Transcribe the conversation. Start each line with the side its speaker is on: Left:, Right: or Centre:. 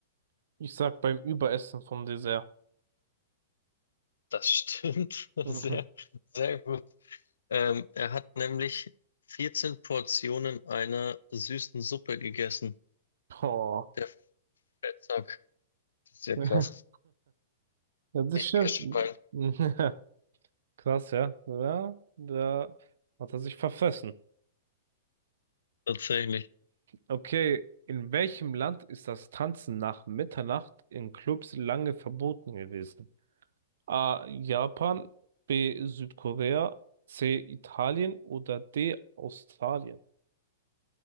Right: ich sag beim Überessen vom Dessert.
Left: Das stimmt. <laughs>
Right: Mhm.
Left: Sehr, sehr gut. Ähm, er hat nämlich 14 Portionen einer süßen Suppe gegessen.
Right: Oh.
Left: Der Fettsack. Das ist ja
Right: <laughs>
Left: krass.
Right: Ja, Das
Left: Richtiges
Right: stimmt.
Left: Schwein.
Right: <laughs> Krass, ja. Ja, da hat er sich verfressen.
Left: Tatsächlich.
Right: Okay, in welchem Land ist das Tanzen nach Mitternacht in Clubs lange verboten gewesen? A. Japan, B. Südkorea, C. Italien oder D. Australien.